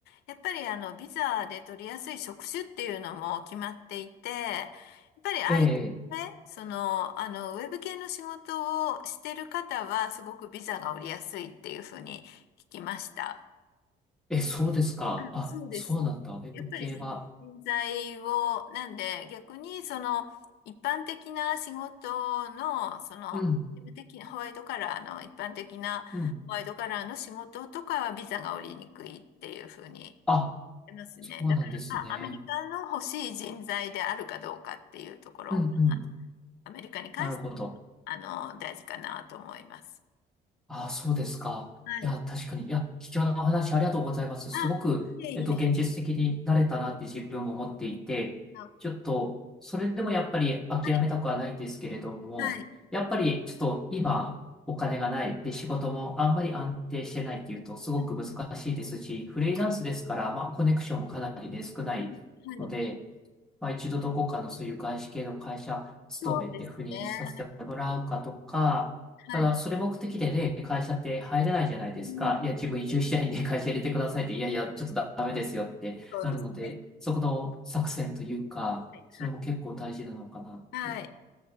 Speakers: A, on the left; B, in the centre.
A: やっぱりあの、ビザで取りやすい職種っていうのも決まっていて、やっぱり IT
B: ええ、
A: ね、その、あの、ウェブ系の仕事をしてる方は、すごくビザが降りやすいっていうふうに聞きました。
B: え、そうですか。
A: あ、
B: あ、
A: そうです、
B: そうなんだ。
A: そうです。
B: ウェブ系は。
A: やっぱり人人材を、なんで逆にその一般的な仕事の、その、
B: うん、
A: 事務的なホワイトカラーの一般的なホワイトカラーの仕事とかはビザが下りにくいっていうふうに
B: うん。あ、
A: 言いますね。
B: そうなんですね。
A: だから、まあ、アメリカの欲しい人材であるかどうかっていうところ、
B: うん、うん。
A: アメリカに関して、
B: なるほど。
A: あの、大事かなと思います。
B: ああ、そうですか。
A: はい。
B: いや、確かに。いや、貴重なお話ありがとうございます。
A: あ、
B: すごく、
A: いえいえ。
B: えっと、現実的になれたなって自分も思っていて、
A: あ
B: ちょっと、それでもやっぱり諦めたくはないんですけれども、
A: はい。はい。
B: やっぱりちょっと今、お金がない。で、仕事もあんまり安定してないっていうと、すごく難しいですし、
A: はい。
B: フリーランスですから、まあ、コネクションもかなりで少ないので、
A: はい。はい
B: まあ、一度どこかのそういう外資系の会社勤めて赴任させてもらうかとか、
A: そうですね。
B: ただそれ目的でね、
A: はい。
B: 会社って入れないじゃないですか。
A: うん。
B: いや、自分移住したいんで会社入れてくださいって、
A: そうです。そうですね。
B: いやいや、ちょっとダメですよってなるので、
A: そうですね。
B: そこの作戦というか、
A: はい。
B: それも結構大事なのかなって。
A: はい。はい